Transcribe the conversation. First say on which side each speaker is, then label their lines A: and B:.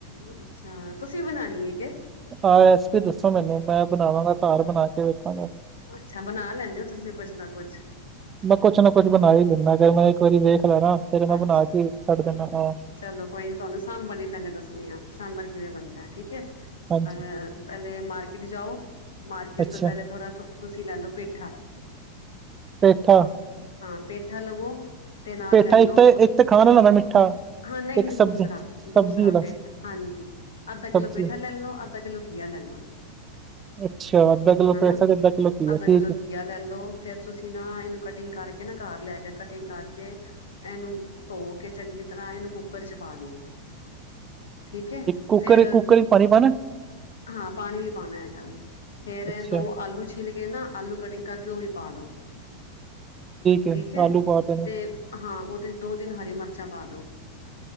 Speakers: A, on the left (about 65°); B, on the right (about 25°).
A: ਅੱਛਾ, ਤੁਸੀਂ ਬਨਾਨੀ ਏ ਕੇ?
B: ਆਹ ਰੈਸਪੀ ਦੱਸੋ ਮੈਨੂੰ ਮੈਂ ਬਨਾਵਾਂਗਾ ਘਰ ਬਨਾ ਕੇ ਵੇਖਾਂਗਾ
A: ਅੱਛਾ ਬਨਾ ਲੈਂਦੇ ਓ ਤੁਸੀਂ ਕੁਛ ਨਾ ਕੁਛ।
B: ਮੈਂ ਕੁਛ ਨਾ ਕੁਛ ਬਨਾ ਹੀ ਲੈਂਨਾ, ਜੇ ਮੈਂ ਇੱਕ ਵਾਰੀ ਵੇਖ ਲਯਾ ਨਾ ਫੇਰ ਮੈਂ
A: ਅੱਛਾ
B: ਬਣਾ ਕੇ ਛੱਡ ਦੇਨਾਂ ਹਾਂ।
A: ਚਲੋ ਕੋਈ ਨੀ ਤੁਹਾਨੂੰ ਸਾਂਬਰ ਦੀ ਪਹਲੇ ਦੱਸਨੀ ਆ, ਸਾਂਬਰ ਕਿਵੇਂ ਬਨਦਾ ਐ ਠੀਕ ਏ। ਅਹ
B: ਹਾਂਜੀ
A: ਪਹਿਲੇ ਮਾਰਕੀਟ ਜਾਓ, ਮਾਰਕੀਟ
B: ਅੱਛਾ
A: ਤੋਂ ਪਹਿਲੇ ਥੋੜਾ ਤੁਸੀਂ ਲੈ ਲੋ ਪੇਠਾ।
B: ਪੇਠਾ।
A: ਹਾਂ ਹਾਂ ਪੇਠਾ ਲਵੋ ਤੇ ਨਾਲ
B: ਪੇਠਾ
A: ਲੈ ਲਓ
B: ਇੱਕ ਤੇ, ਇੱਕ ਤੇ ਖਾਨ ਆਲਾ ਹੋਂਦਾ ਮਿੱਠਾ।
A: ਹਾਂ ਨਹੀਂ
B: ਇੱਕ
A: ਨਹੀਂ
B: ਸਬਜ਼ੀ
A: ਦੂਸਰਾ,
B: ਸਬਜ਼ੀ
A: ਦੂਸਰਾ
B: ਵਾਲਾ
A: ਪੇਠਾ, ਹਾਂਜੀ ਅੱਧਾ ਕਿੱਲੋ
B: ਸਬਜ਼ੀ
A: ਪੇਠਾ ਲੈ ਲਓ, ਅੱਧਾ ਕਿਲੋ ਘੀਆ ਲੈ ਲਓ।
B: ਅੱਛਾ, ਅੱਧਾ ਕਿਲੋ
A: ਹਨਾ
B: ਪੇਠਾ ਤੇ ਅੱਧਾ ਕਿਲੋ ਘਿਆ
A: ਅੱਧਾ
B: ਠੀਕ
A: ਕਿੱਲੋ
B: ਏ।
A: ਘੀਆ ਲੈ ਲੋ ਫੇਰ ਤੁਸੀਂ ਨਾ ਇਹਨੂੰ ਕਟਿੰਗ ਕਰਕੇ ਨਾ, ਘਰ ਲੈ ਕੇ ਕਟਿੰਗ ਕਰਕੇ ਇਹਨੂੰ ਧੋ ਕੇ ਚੰਗੀ ਤਰ੍ਹਾਂ ਇਹਨੂੰ ਕੁੱਕਰ ਚ ਪਾ ਦੋ। ਠੀਕ ਐ
B: ਕੁੱਕਰ
A: ਫੇਰ
B: ਕੁੱਕਰ ਚ ਪਾਣੀ ਪਾਣਾ
A: ਹਾਂ ਪਾਨੀ ਵੀ ਪਾਨਾ ਹੈਗਾ ਵੇ ਫੇਰ
B: ਅੱਛਾ
A: ਦੋ ਆਲੂ ਚ ਛਿਲ ਕੇ ਨਾ ਆਲੂ ਕਟਿੰਗ ਕਰਕੇ ਉਹ ਵੀ ਪਾ ਦੋ
B: ਹੈ
A: ਠੀਕ ਐ
B: ਆਲੂ ਪਾ ਨੇ
A: ਤੇ ਹਾਂ ਉਹਦੇ ਚ ਦੋ ਤਿੰਨ ਹਰੀ ਮਰਚਾਂ ਪਾ ਦੋ।